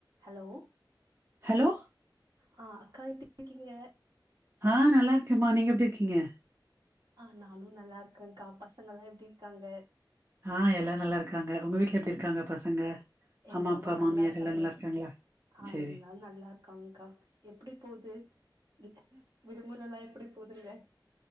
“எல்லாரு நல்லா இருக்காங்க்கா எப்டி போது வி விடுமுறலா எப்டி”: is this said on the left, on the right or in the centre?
Right